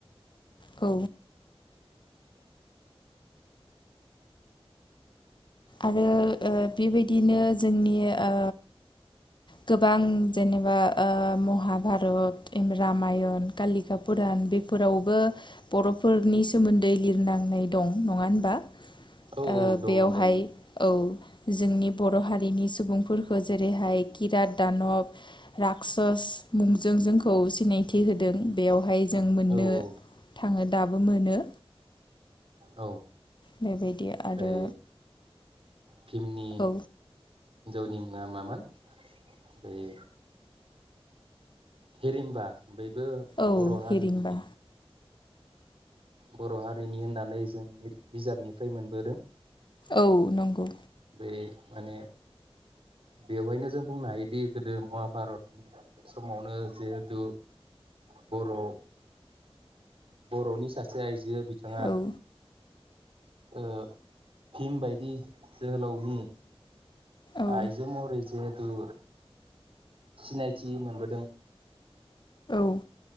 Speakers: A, on the left; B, on the right.
A: औ आरो ओ बेबायदिनो जोंनि ओ गोबां जेनेबा ओ महाभारत रामायण कालिकापुरान बेफोरावबो बर'फोरनि सोमोन्दै लिरनांनाय दं नङा होनबा।
B: औ
A: ओ
B: औ दङ
A: बेयावहाय
B: दङ
A: औ जोंनि बर' हारिनि सुबुंफोरखौ जेरैहाय किरात दानब राक्सस मुंजों जोंखौ सिनायथि होदों। बेयावहाय जों मोननो
B: औ औ
A: थाङो दाबो मोनो
B: औ
A: बेबायदि आरो
B: बै भिमनि
A: औ
B: <unintelligible> मामोन बेै हिरिमबा बयबो
A: औ
B: बर' हारिनि
A: हिरिमबा
B: बर' हारिनि होननानै जों बिजाबनिफ्राय मोनबोदों।
A: औ नंगौ
B: बै माने बेवहायनो जों बुंनो हायोदि गोदो महााभारतनि समावनो जिहेथु बर' बर'नि सासे आइजो बिथाङा
A: औ
B: ओ फिम बायदि जोहोलावनि
A: औ
B: आइजो महरै जिहे सिनायथि मोनबोदों
A: औ